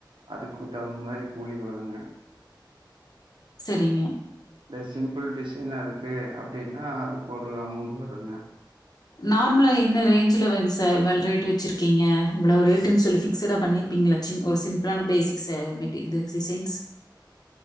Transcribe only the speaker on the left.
செரிங்க
நார்மலா என்ன ரேஞ்ச்ல வந்து சார் ரேட்டு வெச்சிருக்க ஓகேங்க இவ்ளோ ரேட்டுனு சொல்லு ஃபிக்ஸ்ஸடா பண்ணிருப்பீங்கள சின் ஒரு சிம்பிளான பேசிக்ஸ்ஸ மெட் இது டிசைன்ஸ்